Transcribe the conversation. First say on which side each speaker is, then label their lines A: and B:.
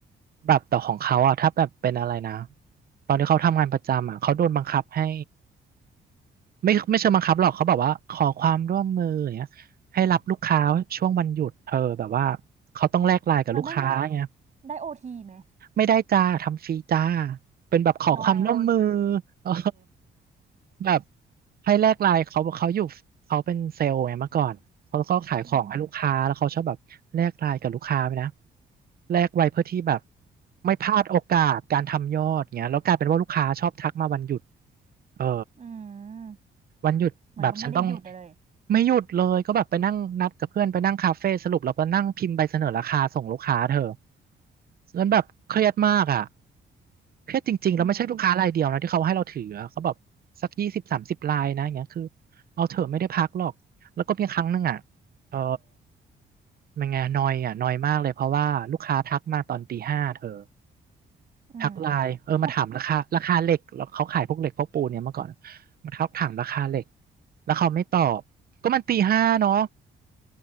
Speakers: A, on the right; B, on the right.
A: แบบแต่ของเขาอะถ้าแบบเป็นอะไรนะตอนที่เขาทำงานประจำอะเขาโดนบังคับให้ไม่ไม่เชิงบังคับหรอกเขาบอกว่าขอความร่วมมืออย่างเงี้ยให้รับลูกค้าช่วงวันหยุดเธอแบบว่าเขาต้องแลกไลน์กับลูกค้าไง
B: เรานั่งได้โอทีไหม
A: ไม่ได้จ้าทำฟรีจ้าเป็นแบบขอความร่วมมือ
B: น้อยอ่ะ
A: เออแบบให้แลกไลน์เขาเขาอยู่เขาเป็นเซลล์ไงเมื่อก่อนเขาก็ขายของให้ลูกค้าแล้วเขาชอบแบบแลกไลน์กับลูกค้าไปนะ
B: อืม
A: แลกไว้เพื่อที่แบบไม่พลาดโอกาสการทำยอดเงี้ยแล้วกลายเป็นว่าลูกค้าชอบทักมาวันหยุดเออ
B: อืม
A: วันหยุดแบบฉันต้อง
B: เหมือนก็ไม่ได้หยุดเลย
A: ไม่หยุดเลยก็แบบไปนั่งนัดกับเพื่อนไปนั่งคาเฟ่สรุปเราไปนั่งพิมพ์ใบเสนอราคาส่งลูกค้าเธอจนแบบเครียดมากอ่ะเครียดจริงๆแล้วไม่ใช่ลูกค้ารายเดียวนะที่เขาให้เราถืออะเขาแบบสักยี่สิบสามสิบรายนะอย่างเงี้ยคือ
B: อืม
A: เอาเถอะไม่ได้พักหรอกแล้วก็มีครั้งหนึ่งอ่ะเออมันไงนอยอ่ะนอยมากเลยเพราะว่าลูกค้าทักมาตอนตีห้าเธอ
B: อืม
A: ทักไลน์เออมาถามราคาราคาเหล็กแล้วเขาขายพวกเหล็กพวกปูนเนี่ยเมื่อก่อน
B: ฮะ
A: มาทักถามราคาเหล็กแล้วเขาไม่ตอบก็มันตีห้าเนาะ